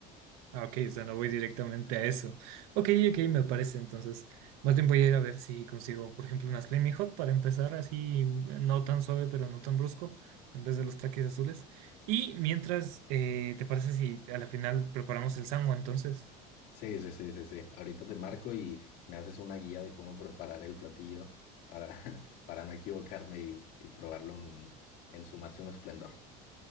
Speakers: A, on the right (about 85°); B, on the left (about 60°).
A: Ah, ok, o sea, no voy directamente a eso. Ok, ok, me parece. Entonces, más bien voy a ir a ver si consigo, por ejemplo, una Flaming Hot para empezar así, no tan suave, pero no tan brusco, en vez de los taquis azules. Y mientras, eh, ¿te parece si a la final preparamos el sango entonces?
B: Sí, sí, sí, sí, sí. Ahorita te marco y me haces una guía de cómo preparar el platillo para, <laughs> para no equivocarme y, y probarlo mm, en su máximo esplendor.